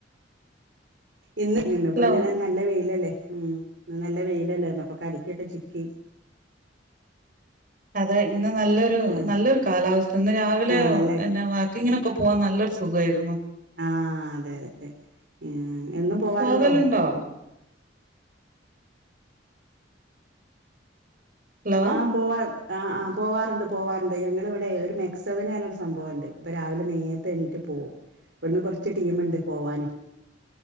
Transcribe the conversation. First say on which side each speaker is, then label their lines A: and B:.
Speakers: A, on the right (about 70°); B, on the right (about 50°).
A: ഇന്ന് ഇന്ന് ഇപ്പ
B: ഹലോ
A: ഇങ്ങനെ നല്ല വെയിയിലല്ലേ ഉം നല്ല വെയിലല്ലേപ്പൊ കലിക്കൊക്കെ ചിക്കി
B: അതെ ഇന്ന് നല്ലൊരു
A: ആഹ്
B: നല്ലൊരു കാലാവസ്ഥ ഇന്ന് രാവിലെ
A: ആഹ് നല്ല
B: എന്ന വാക്കിങ്ങിനൊക്കെ പോവാൻ നല്ലൊരു സുഖയിരുന്നു
A: ആ അതെ അതെ അതെ ഉം എന്നും പോവാറുണ്ടോ
B: പോകലുണ്ടോ ഹലോ
A: ആഹാ പോവാൻ ആഹാ ആ പോവാറുണ്ട് പോവാറുണ്ട് ഞങ്ങളിവിടെ ഒരു മെക്സവന് പറഞ്ഞ ഒരു സംഭവമുണ്ട് അപ്പൊ രാവിലെ നേരത്തെ എണീറ്റ് പോവും ഇവിടുന്ന് കുറച്ച് ടീമുണ്ട് പോവാന്